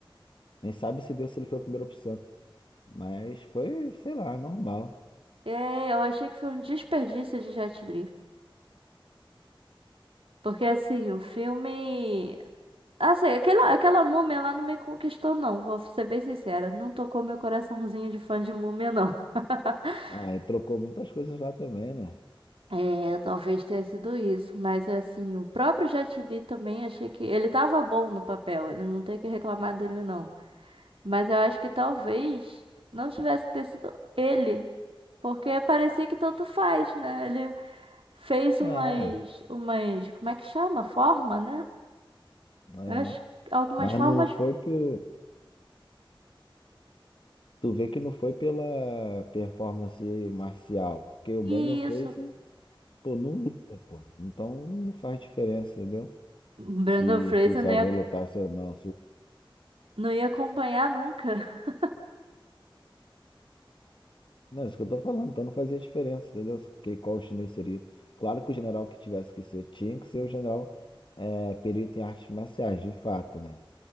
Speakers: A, on the left; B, on the right.
A: Nem sabe se deu se ele foi a primeira opção. Mas foi, sei lá, normal.
B: É, eu achei que foi um desperdício de Jet Li. Porque, assim, o filme. Assim, aquela, aquela múmia lá não me conquistou, não. Vou ser bem sincera. Não tocou meu coraçãozinho de fã de múmia, não. <laughs>
A: Ah, e trocou muitas coisas lá também, né?
B: É, talvez tenha sido isso. Mas, assim, o próprio Jet Li também achei que. Ele tava bom no papel. Ele não tem que reclamar dele, não. Mas eu acho que talvez não tivesse ter sido ele. Porque parecia que tanto faz, né? Ele fez umas.
A: É,
B: Umas. Como é que chama? Forma, né?
A: é.
B: Eu acho. que Algumas
A: Mas
B: formas.
A: não foi por. Tu vê que não foi pela performance marcial. Porque o
B: Isso.
A: Brandon Fraser, pô, não luta, pô. Então não faz diferença, entendeu?
B: Brandon
A: Se,
B: Fraser
A: se, se
B: não
A: alguém
B: ia
A: lutasse ou não. Se, o-
B: Não ia acompanhar nunca. <laughs>
A: não, é isso que eu tô falando. Então não fazia diferença, entendeu? Que, qual chinês seria. Claro que o general que tivesse que ser tinha que ser o general é, perito em artes marciais, de fato, né?